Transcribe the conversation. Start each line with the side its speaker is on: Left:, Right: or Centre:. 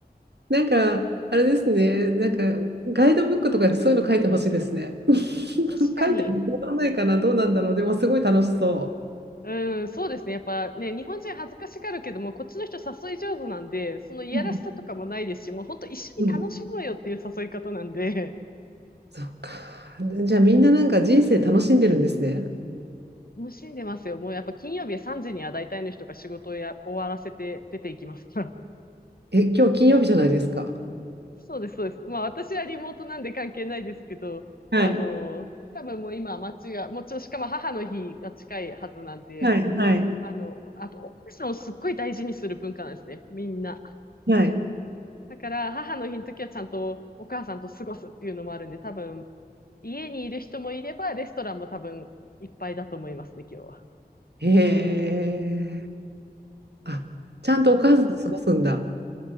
Right: なんか、あれですね、なんか、ガイドブックとかにそういうの書いてほしいですね。<laughs>
Left: 確かに。
Right: 書いてもらわないかな、どうなんだろう。でも、すごい楽しそ
Left: うん、そうですね。やっぱね、日本人恥ずかしがるけども、こっちの人誘い上手なんで、そのいやらしさとかもないですし、
Right: ううん
Left: もう本当一緒に楽しもうよっていう誘い方なんで、
Right: うん。そっか。じゃあ、みんななんか人生楽しんでるんですね。
Left: <laughs> 楽しんでますよ。もうやっぱ金曜日3時には大体の人が仕事をや終わらせて出ていきますから。
Right: え、今日金曜日じゃないですか。
Left: <laughs> そうです、そうです。まあ私はリモートなんで関係ないですけど、
Right: はい、
Left: あの、多分もう今街が、もうちろんしかも母の日が近いはずなんで、
Right: はい、はい、
Left: あの、あと、奥さんをすっごい大事にする文化なんですね。みんな。
Right: はい。
Left: だから母の日の時はちゃんとお母さんと過ごすっていうのもあるんで、多分家にいる人もいれば、レストランも多分いっぱいだと思いますね、今日は。
Right: へえ。あ、ちゃんとお母さんと過ごすんだ。
Left: うんうん